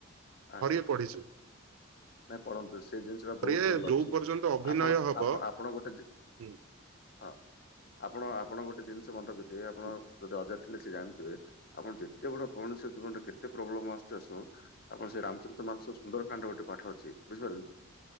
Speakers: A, on the left (about 45°); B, on the right (about 75°).
A: ଆଚ୍ଛା
B: ଥରିଏ
A: ଆଚ୍ଛା
B: ପଢିଛି
A: ଆଚ୍ଛା। ନାଇଁ ପଢ଼ନ୍ତୁ ସେଇ ଜିନିଷ ଟା
B: ଥରିଏ
A: ବହୁତ୍ ଭଲ
B: ଯୋଉ
A: ଅଛି
B: ପର୍ଯ୍ୟନ୍ତ ଅଭିନୟ
A: ଆପଣ
B: ହବ
A: ଆପଣ ଆପ ଆପଣ ଗୋଟେ ଯେ,
B: ହୁଁ
A: ହଁ ଆପଣ ଆପଣ ଗୋଟେ ଜିନିଷ ମନେରଖିବେ। ତେ ଆପଣ
B: ହୁଁ
A: ଯଦି ଅଜା ଥିଲେ ସେ ଜାଣିଥିବେ, ଆପଣ ଯେତେ ବଡ ମଣିଷ ଜୀବନରେ କେତେ ପ୍ରୋବ୍ଲେମ ଆସୁଚି ଆସୁ। ଆପଣ ସେ ରାମଚରିତ ମାନସ ସୁନ୍ଦରକାଣ୍ଡ ଗୋଟେ ପାଠ ଅଛି ବୁଝିପାରିଲେ ନା।